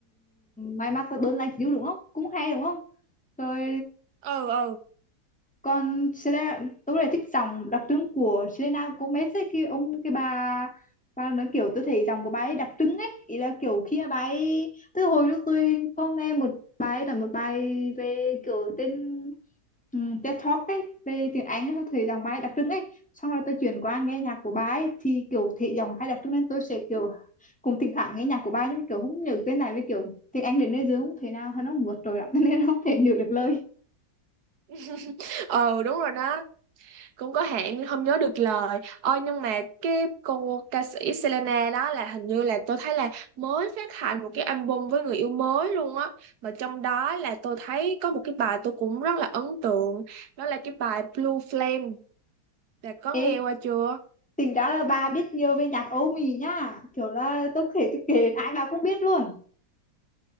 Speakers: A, in the centre; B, on the right.
A: may mặc đơn lạnh xíu đúng không cũng hay đúng không rồi
B: ừ ừ
A: còn Selena tôi lại thích dòng đặc trưng của Selena Gomez ấy cái ông cái bà bà nói kiểu tôi thấy dòng của bà ấy đặc trưng ấy ý là kiểu khi mà bà ấy từ hồi lúc tôi có nghe một bài là một bài về kiểu tên um, TED Talk ấy về tiếng Anh ấy tôi thấy giọng bà ấy đặc trưng ấy xong rồi tôi chuyển qua nghe nhạc của bà ấy thì kiểu thị dòng hay đặc trưng nên tôi sẽ kiểu cùng thỉnh thoảng nghe nhạc của bà ấy nhưng kiểu không nhớ tên này với kiểu tiếng Anh đến nơi dưới không thể nào nó vượt trội lắm <laughs> nên không thể nhớ được lời
B: <laughs> ừ đúng rồi đó cũng có hạn nhưng không nhớ được lời ôi nhưng mà cái cô ca sĩ Selena đó là hình như là tôi thấy là mới phát hành một cái album với người yêu mới luôn á mà trong đó là tôi thấy có một cái bài tôi cũng rất là ấn tượng đó là cái bài Blue Flame Bà có nghe
A: Ê,
B: qua chưa
A: tính ra là bà biết nhiều về nhạc Âu Mỹ nhá kiểu là tôi kể tôi kể ai bà cũng biết luôn